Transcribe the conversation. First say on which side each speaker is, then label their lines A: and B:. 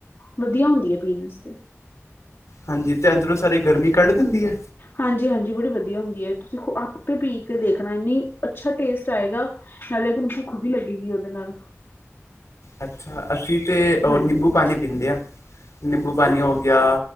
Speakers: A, on the left (about 50°); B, on the left (about 75°).
A: ਵਧੀਆ ਹੁੰਦੀ ਏ ਪੀਣ ਆਸਤੇ
B: ਹਾਂਜੀ ਤੇ ਅੰਦਰੋਂ ਸਾਰੀ ਗਰਮੀ ਕੱਢ ਦਿੰਦੀ ਏ।
A: ਹਾਂਜੀ ਹਾਂਜੀ ਬੜੀ ਵਧੀਆ ਹੁੰਦੀ ਏ। ਤੁਸੀਂ ਆਪੇ ਪੀ ਕੇ ਦੇਖਣਾ ਇੰਨੀ ਅੱਛਾ ਟੇਸਟ ਆਏਗਾ। ਨਾਲੇ ਥੋਨੂੰ ਭੁੱਖ ਵੀ ਲੱਗੇਗੀ ਉਹਦੇ ਨਾਲ
B: ਅੱਛਾ ਅਸੀਂ ਤੇ ਉਹ
A: ਹਾਂਜੀ
B: ਨਿੰਬੂ ਪਾਣੀ ਪੀਂਦੇ ਆ, ਨਿੰਬੂ ਪਾਣੀ
A: ਹਾਂ
B: ਓ ਗਿਆ